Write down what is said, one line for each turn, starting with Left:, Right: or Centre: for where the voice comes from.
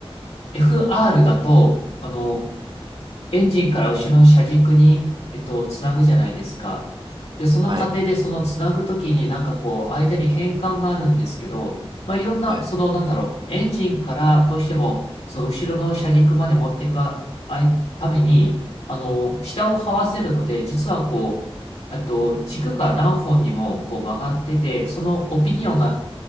Left: FR だと、あの、エンジンから後ろの車軸に、えっと、つなぐじゃないですか。で、その過程でそのつなぐときになんかこう、
Right: はい。
Left: 間に変換があるんですけど、まあ、いろんな、
Right: はい。
Left: その、なんだろう、エンジンからどうしても、その後ろの車軸まで持っていくあいために、あの、下を這わせるので、実はこう、えっと、軸が何本にもこう曲がってて、そのオピニオンが、